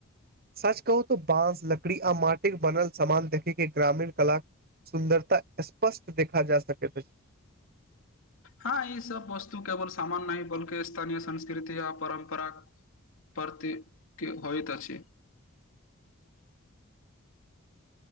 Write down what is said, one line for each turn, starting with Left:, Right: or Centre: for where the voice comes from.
Right: सच कहू त बाँस लकड़ी आ माटिके बनल समान देखेके ग्रामीण कला सुन्दरता स्पष्ट देखा जा सकैत अछि
Left: हँ ई सब वस्तु केवल सामान्य नहि बल्कि स्थानीय संस्कृति आ परम्परा प्रती क होयत अछि
Right: <inaudible>